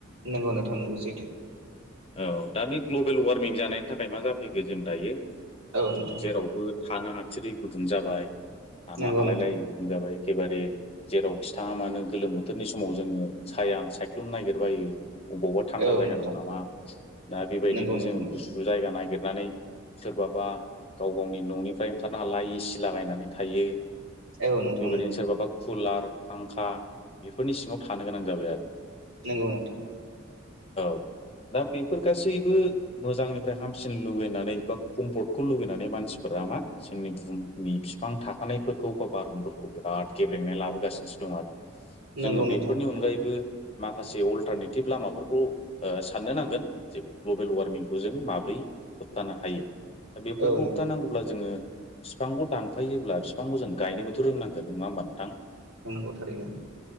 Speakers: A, on the right; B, on the left.
A: नांगौ नोंथां नांगौ सैथो
B: औ दा बे ग्लबेल वार्मिं जानायनि थाखाय मा जाफैखो जों दायो
A: औ नोंथां
B: जेरावबो थानो हाथिरै गुदुं जाबाय थानो
A: नंगौ
B: हालाय
A: नोंथां
B: लायि गुदुं जाबाय एखेबारे जेराव खिथाङा मानो गोलोम बोथोरनि समाव जोङो साया सा साइख्लुमनो नागिरबायो अबावबा थान्दा
A: औ
B: जायगा
A: नोंथां
B: दं नामा दा बेबायदिनो
A: नंगौ नोंथां
B: जोङो गुसु जायगा नाय नागिरनानै सोरबाबा गाव गावनि न'निफ्राय ओंखारनो हाला एसि लागायनानै थायो
A: औ नोंथां
B: बेबायदिनो
A: नंगौ
B: सोरबाबा कुलार फांखा बेफोरनि सिङाव थानो गोनां जाबाय आरो
A: नोंगौ नोंथां
B: औ दा बेफोर गासैबो मोजांनिफ्राय हामसिन लगैनानै बा कम्फर्टखौ लुुबैनानै मानसिफोरा आ मा जोंनि बुहुमनि बिफां थाखानायफोरखौ बा बारमण्डलखौ बिराद गेब्रेंनाय लाबोगासिनोसो दं आरो
A: नंगौ
B: जोङो बेफोरनि
A: नोंथां
B: अनगायैबो
A: नंगौ
B: माखासे अल्टारनेटिभ लामाफोरखौ ओ साननो नां गोन जे ग्लबेल वार्मिंखौ जों माब्रै होबथानो हायो बेफोरखौ
A: औ नोंथां
B: होबथानांगौब्ला जोङो बिफांखौ दानफायोब्ला बिफांखौ जों गायनोबोथ' रोंनांगोन नङा होमबा नोंथां
A: औ थारैनो